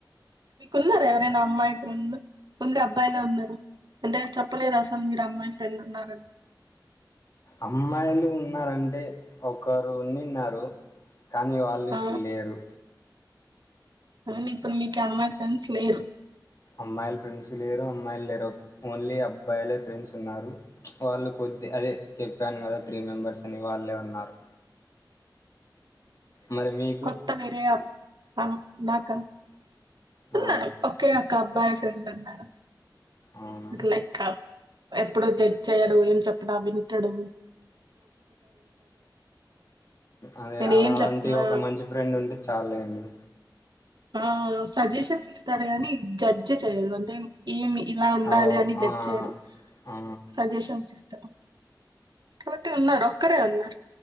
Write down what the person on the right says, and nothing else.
కున్నారు ఎవరైనా అమ్మాయి ఫ్రెండ్ ఇంకా అబ్బాయిలో ఉన్నారు అంటే చెప్పలేదు అసలు మీరు అమ్మాయి ఫ్రెండ్ ఉన్నారని
ఆ
అలా ఇప్పుడు మీకు అమ్మా ఫ్రెండ్స్ లోరు
కొత్త విర ఉాక ఉన్నాేడం
ఒకే ఒక్క అబ్బాయి ఫ్రెండ్ ఉన్నాేడం
లైక్ ఎప్పుడు చర్చ్ అయ్యాడు ఏం చెప్పడా వింటాడు
నేను
ఏం చెప్పినా
ఆ సజెషన్స్ ఇస్తారు ని జడ్జి్ చెయదు అంటే ఏమి ఇలా ఉండాలి
అని జచ్చారు
సజెషన్స్ ఇస్తారు పోతే ఉన్నారు ఒక్కరే ఉన్నారు